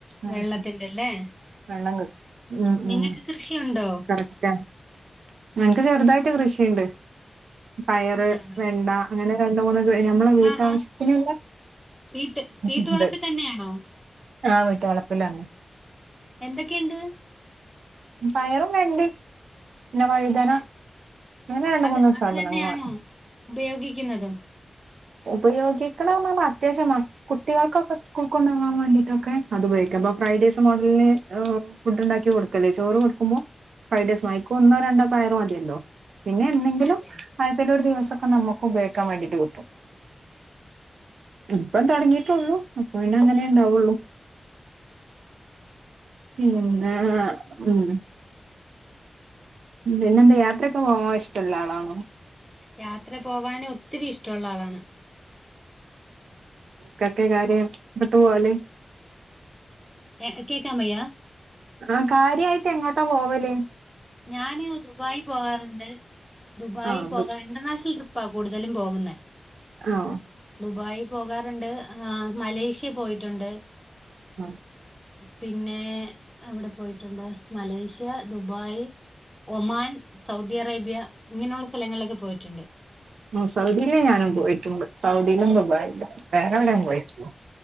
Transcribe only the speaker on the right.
ആഹ്
വെള്ളംകി ഉം
ഉംകറക്റ്റാ
ഞങ്ങക്ക് ചെറുതായിട്ട് കൃഷിയിണ്ട് പയറ്
വെണ്ട അങ്ങനെ രണ്ട് മൂന്ന് ഞമ്മളെ വീട്ടാവശ്യത്തിന്
ഇല്ല
ഇണ്ട്
ആഹ് വീട്ട് വളപ്പിലാണ്
പയറും വെണ്ടയും പിന്നെ വഴുതന
അങ്ങനെ രണ്ട്
മൂന്ന്
സാധനങ്ങള്
ഉപയോഗിക്ണേർഞ അത്യാവശ്യമാ കുട്ട്യേൾക്കൊക്കെ സ്കൂൾ കൊണ്ടകാൻ വേണ്ടിട്ടൊക്കെ അത് ഉപയോഗിക്കും അപ്പൊ ഫ്രൈഡേസ് മോട്ല് ഏഹ് ഫുഡ്ണ്ടാക്കി കൊടുക്കല്ലേ ചോറ് കൊടുക്കുമ്പോ ഫൈവ് ഡേയ്സ്മായ് ക്കൊന്നോ രണ്ടോ പയറ് മതിയല്ലോ പിന്നെ എന്തെങ്കിലും
ആഹ് ചേലോരു ദിവസൊക്ക നമുക്ക് ഉപയോക്കാൻ വേണ്ടിട്ട് കിട്ടും ഇപ്പം തുടങ്ങിട്ടുള്ളൂ അപ്പൊന്നെ അങ്ങനെ ഉണ്ടാവുള്ളൂ ഉം
അഹ് ആഹ് ഉം ഉം പിന്നെ എന്താ യാത്രയൊക്കെ പോകവാൻ ഇഷ്ടള്ള ആളാണോ
ക്കെ കാര്യ വിട്ട് പോവല്
ആഹ് കാര്യയിട്ട് എങ്ങോട്ടാ പോവലേ
ആ അത്
ആഹ്
ആഹ്
സൗദിയിൽ ഞാനും പോയിട്ടുണ്ട് സൗദിയിലും
ദുബായിലും വേറെ എവിടേം പോയിട്ടില്ല